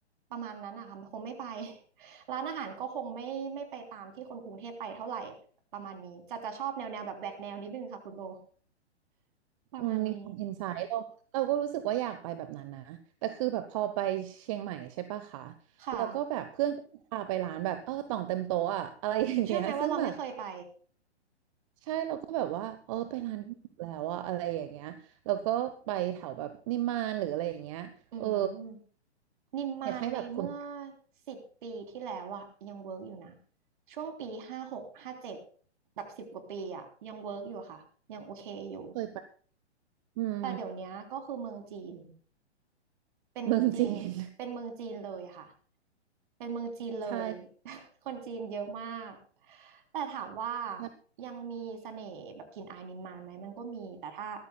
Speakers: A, on the right (about 45°); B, on the right (about 30°).
A: ประมาณนั้นอะค่ะคงไม่ไป <laughs> ร้านอาหารก็คงไม่ไม่ไปตามที่คนกรุงเทพไปเท่าไหร่ประมาณนี้จะจะชอบแนวแนวแบบแหวกแนวนิดนึงค่ะคุณโบประมาณนี้
B: อืมมีความอินไซต์เราเราก็รู้สึกว่าอยากไปแบบนั้นนะแต่คือแบบพอไปเชียงใหม่ใช่ปะคะ
A: ค่ะ
B: แล้วก็แบบเพื่อนก็พาไปร้านแบบเออต่องเต็มโต๊ะอะอะไรอย่างเงี้ยซึ่งแบบ
A: เชื่อไหมว่าเราไม่เคยไป
B: ใช่เราก็แบบว่าเออไปร้านที่ถูกแล้วอะอะไรอย่างเงี้ยแล้วก็ไปแถวแบบนิมมานหรืออะไรอย่างเงี้ยเออ
A: อืมนิมมานในเมื่อ
B: อยากให้แบบคุณ
A: สิบปีที่แล้วอะยังเวิร์กอยู่นะช่วงปีห้าหกห้าเจ็ดแบบสิบกว่าปีอะยังเวิร์กอยู่ค่ะยังโอเคอยู่
B: เคยไปอืม
A: แต่เดี๋ยวเนี้ยก็คือเมืองจีน เป็นเมืองจีนเป็นเมืองจีนเลยค่ะ
B: เมืองจีน
A: เป็นเมืองจีนเลย
B: <laughs> ใช่
A: <laughs> คนจีนเยอะมากแต่ถามว่า
B: ใช่
A: ยังมีเสน่ห์แบบกลิ่นอายนิมมานไหมมันก็มีแต่ถ้า